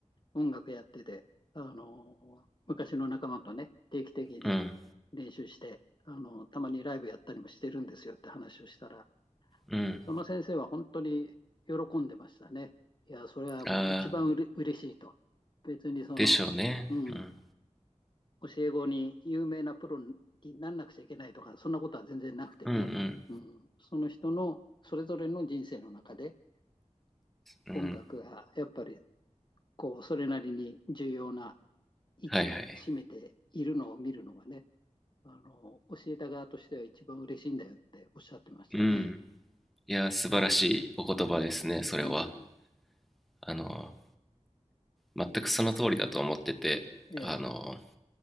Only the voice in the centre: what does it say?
うん、
うん。
ああ、
でしょうね。
うん、
うん、
うん、
うん。
はいはい。
うん。いや、素晴らしいお言葉ですね、それは。
あの、全くその通りだと思ってて、
あの、